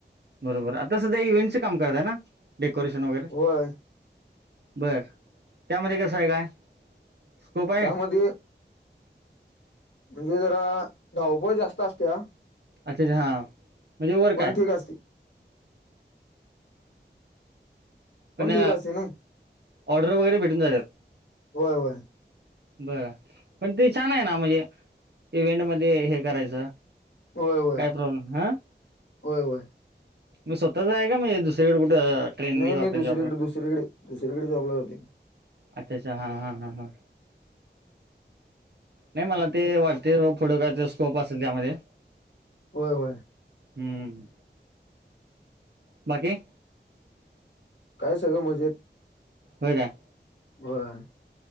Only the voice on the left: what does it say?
होय
त्यामध्ये म्हणजे जरा धावपळ जास्त असतो या
पण
ठीक असते
ठीक असते ना
होय होय
होय होय
होय होय
नाही नाही
दुसरीकडे
दुसरीकडे दुसरीकडे जॉबला होात
होय होय
काय सगळं मजेत
वर